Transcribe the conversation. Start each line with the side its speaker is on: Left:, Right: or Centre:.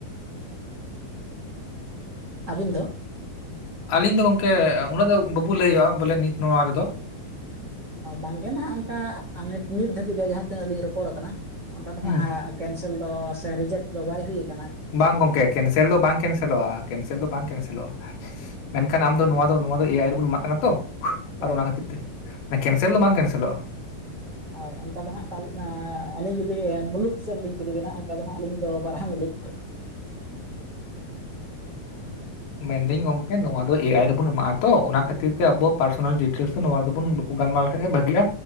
Right: ᱟᱹᱵᱤᱱ ᱫᱚ
Left: ᱟᱞᱤᱧ ᱫᱚ ᱜᱚᱝᱠᱮ ᱩᱱᱟᱹᱜ ᱫᱚ ᱵᱟᱵᱚ ᱞᱟᱹᱭᱟᱹᱜᱼᱟ ᱵᱚᱞᱮ ᱱᱤᱛ ᱱᱚᱣᱟ ᱨᱮᱫᱚ᱾
Right: ᱵᱟᱝᱜᱮ ᱱᱟᱜ ᱚᱱᱠᱟ ᱱᱤᱛ ᱫᱷᱟᱹᱵᱤᱡ ᱨᱮ ᱡᱟᱦᱟᱸ ᱛᱤᱱᱟᱹᱜ ᱞᱤᱧ ᱨᱚᱯᱚᱲ ᱠᱟᱱᱟ ᱚᱱᱠᱟ ᱫᱚ
Left: ᱦᱩᱸ
Right: ᱦᱟᱸᱜ ᱠᱮᱱᱥᱮᱞ ᱫᱚ ᱥᱮ ᱨᱤᱡᱮᱠᱴ ᱫᱚ ᱵᱟᱭ ᱦᱩᱭᱩᱜ
Left: ᱵᱟᱝ ᱜᱚᱝᱠᱮ ᱠᱮᱱᱥᱮᱞ ᱫᱚ ᱵᱟᱝ ᱠᱮᱱᱥᱮᱞᱚᱜᱼᱟ᱾ ᱠᱮᱱᱥᱮᱞ ᱫᱚ ᱵᱟᱝ ᱠᱮᱱᱥᱮᱞᱚᱜᱼᱟ, ᱢᱮᱱᱠᱷᱟᱱ ᱟᱢ ᱫᱚ ᱱᱚᱣᱟ ᱫᱚ ᱱᱚᱣᱟ ᱫᱚ ᱮ ᱟᱭ ᱨᱮᱵᱚᱱ ᱮᱢᱟᱜ ᱠᱟᱱᱟ ᱛᱚ,
Right: ᱦᱳᱭ
Left: ᱟᱫᱚ ᱚᱱᱟ ᱠᱷᱟᱹᱛᱤᱨ ᱛᱮ ᱠᱮᱱᱥᱮᱞ ᱫᱚ ᱵᱟᱝ ᱠᱮᱱᱥᱮᱞᱚᱜᱼᱟ᱾
Right: ᱦᱚᱭ ᱚᱱᱠᱟ ᱫᱚ ᱦᱟᱸᱜ ᱟᱹᱞᱤᱧ ᱡᱩᱫᱤ ᱢᱩᱞᱩᱠ ᱦᱤᱥᱟᱹᱵᱽ ᱞᱤᱧ ᱠᱩᱞᱤ ᱵᱮᱤᱱᱟ ᱚᱱᱠᱟ ᱫᱚ ᱦᱟᱸᱜ ᱟᱹᱞᱤᱧ ᱫᱚ ᱵᱟᱨᱦᱟ ᱢᱩᱞᱩᱠ᱾
Left: ᱢᱮᱱᱫᱟᱹᱧ ᱜᱚᱝᱠᱮ ᱱᱚᱣᱟ ᱫᱚ ᱮᱟᱭ ᱨᱮᱵᱩᱱ ᱮᱢᱟᱜᱼᱟ ᱛᱚ ᱚᱱᱟ ᱠᱷᱟᱹᱛᱤᱨ ᱛᱮ ᱟᱵᱚᱣᱟᱜ ᱯᱟᱨᱥᱚᱱᱟᱞ ᱰᱤᱴᱮᱞᱥ ᱱᱚᱣᱟ ᱜᱮᱵᱚᱱ ᱜᱟᱞᱢᱟᱨ ᱞᱮᱠᱷᱟᱱᱡ ᱵᱷᱟᱜᱤᱜᱼᱟ,